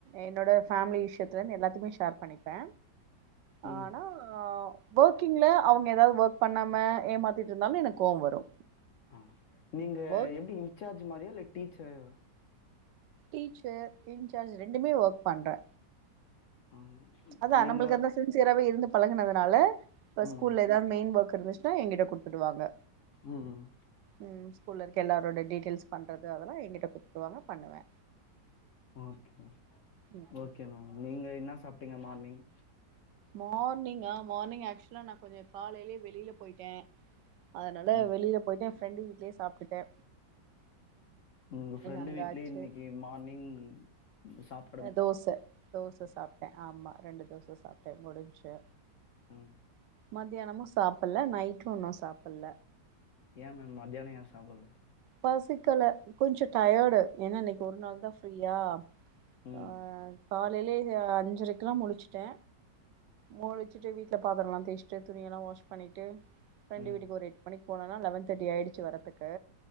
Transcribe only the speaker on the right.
என்னோட ஃபேமிலி விஷயத்துலருந்து எல்லாத்தையுமே ஷேர் பண்ணிப்பே
ஆனா ஒர்க்கிங்ல அவங்க எதாவது ஒர்க் பண்ணாம ஏமாத்திட்ருந்தாலு எனக்கு கோவோ வரு
ஒர்க்
டீச்சர் இன்சார்ஜ் ரெண்டுமே ஒர்க் பண்றே
அதா
நம்பளுக்கு அந்த சின்சியராவே இருந்து பழகுனதுனால இப்ப
ஸ்கூல்ல எதாவது மெயின் ஒர்க் இருந்துச்சுன்னா எங்கிட்ட கூடுத்துடுவாங்க
ம் ஸூகூல்ல இருக்க எல்லாரோட டீட்டெயில்ஸ் பண்ணறது அதல்லா எங்கிட்ட குடுத்துருவாங்க பண்ணுவே
ம்
மார்னிங்கா மார்னிங் ஆக்சுவலா நா கொஞ்சோ காலையிலயே வெளில போயிட்டே அதனால
வெளில போயிட்டு எ ஃப்ரெண்டு வீடுலயே சாப்டுட்ட
அங்க
ஆச்சு
அ தோச தோச சாப்ட ஆமா ரெண்டு தோச சாப்ட முடிஞ்ச்சு
மத்தியானமு சாப்பல்ல நைட்டு இன்னு சாப்பல்ல
பசிக்கல கொஞ்சோ டயர்டு ஏன்னா இன்னைக்கு ஒரு நாள் தா ஃப்ரீயா
அ காலையிலே அ அஞ்சரைக்குலா முழுச்ட்டே முழிச்சிட்டு வீட்ல பாத்தரோலா தேச்ட்டு துணிய எல்லா வாஷ் பண்ணீட்டு ஃப்ரெண்ட்
வீட்டுக்கு ஒரு எட்‌ மணிக்கு போனனா லெவன் தேர்டி ஆயிடுச்சு வரத்துக்கு